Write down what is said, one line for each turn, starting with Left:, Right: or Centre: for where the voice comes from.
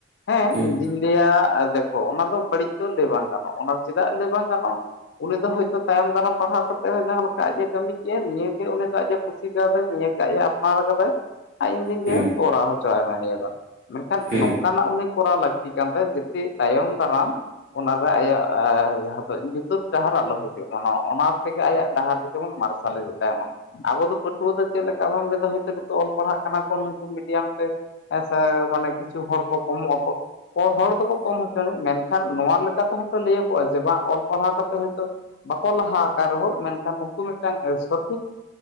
Left: ᱦᱮᱸ
Right: ᱦᱩᱸ
Left: ᱤᱧ ᱫᱩᱧ ᱞᱟᱹᱭᱟ ᱚᱱᱟ ᱫᱚ ᱵᱟᱹᱲᱤᱡ ᱫᱚ ᱞᱟᱹᱭ ᱵᱟᱝ ᱜᱟᱱᱚᱜᱼᱟ ᱚᱱᱟ ᱪᱮᱫᱟᱜ ᱞᱟᱹᱭᱵᱟᱝ ᱜᱟᱱᱚᱜᱼᱟ ᱩᱱᱤ ᱫᱚ ᱦᱚᱳᱭᱛᱳ ᱛᱟᱭᱚᱢ ᱫᱟᱨᱟᱢ ᱯᱟᱲᱦᱟᱣ ᱠᱟᱛᱮᱫ ᱡᱟᱦᱟᱸ ᱞᱮᱠᱟ ᱟᱡ ᱮ ᱠᱟᱹᱢᱤ ᱠᱮᱫᱟᱭ ᱱᱤᱭᱟᱹᱜᱮ ᱩᱱᱤ ᱫᱚ ᱟᱡ ᱮ ᱠᱩᱥᱤ ᱠᱟᱫᱟᱭ ᱱᱤᱭᱟᱹᱜᱮ ᱟᱡ ᱮᱭ ᱟᱯᱱᱟᱨ ᱠᱟᱫᱚ ᱟᱨ ᱤᱧᱫᱩᱧ
Right: ᱦᱩᱸ
Left: ᱞᱟᱹᱭ-ᱟ ᱠᱚᱨᱟᱣ ᱦᱚᱪᱚ-ᱟᱭ ᱢᱮ ᱱᱤᱭᱟᱹ ᱫᱚ ᱢᱮᱱᱠᱷᱟᱱ
Right: ᱦᱩᱸ
Left: ᱱᱚᱝᱠᱟ ᱠᱟᱱᱟᱜ ᱩᱱᱤ ᱠᱚᱨᱟᱣ ᱞᱟᱹᱠᱛᱤ ᱠᱟᱱ ᱛᱟᱭᱟ ᱡᱮᱛᱤ ᱛᱟᱭᱚᱢ ᱫᱟᱨᱟᱢ ᱚᱱᱟ ᱨᱮ ᱟᱭᱳ ᱡᱟᱦᱟᱸ ᱫᱚ ᱧᱩᱛᱟᱹᱛ ᱰᱟᱦᱟᱨ ᱟᱞᱚ ᱦᱤᱡᱩᱜᱼᱟ ᱚᱱᱟ ᱛᱮᱜᱮ ᱟᱭᱟᱜ ᱰᱟᱦᱟᱨ ᱫᱚ ᱡᱮᱢᱚᱱ ᱢᱟᱨᱥᱟᱞ ᱤᱫᱤᱜ ᱛᱟᱭᱚᱢᱚᱜ ᱟᱵᱚ ᱫᱚ ᱯᱟᱹᱴᱷᱩᱣᱟᱹ ᱫᱚ ᱠᱟᱨᱚᱱ ᱨᱮᱫᱚ ᱦᱚᱭᱛᱳ ᱱᱤᱛᱚᱜ ᱚᱞ ᱯᱟᱲᱦᱟᱜ ᱠᱟᱱᱟ ᱠᱚ ᱱᱩᱠᱩ ᱢᱤᱰᱤᱭᱟᱢ ᱛᱮ ᱦᱮᱸ ᱥᱮ ᱢᱟᱱᱮ ᱠᱤᱪᱷᱩ ᱦᱚᱲ ᱠᱚ ᱠᱚᱢᱚᱜ ᱟᱠᱚ ᱦᱚᱲ ᱫᱚᱠᱚ ᱠᱚᱢ ᱦᱚᱪᱚᱱᱚᱜ ᱢᱮᱱᱠᱷᱟᱱ ᱠᱷᱟᱱ ᱱᱚᱣᱟ ᱞᱮᱠᱟ ᱛᱮ ᱦᱚᱸᱛᱚ ᱞᱟᱹᱭᱟᱹᱜᱚᱜᱼᱟ ᱡᱮ ᱵᱟᱝ ᱚᱞ ᱯᱟᱲᱦᱟᱣ ᱠᱟᱛᱮ ᱦᱚᱭᱛᱳ ᱵᱟᱠᱚ ᱞᱟᱦᱟ ᱟᱠᱟᱱ ᱨᱮᱦᱚᱸ ᱢᱮᱱᱠᱷᱟᱱ ᱩᱠᱩ ᱢᱤᱫᱴᱟᱝ ᱥᱚᱴᱷᱤᱠ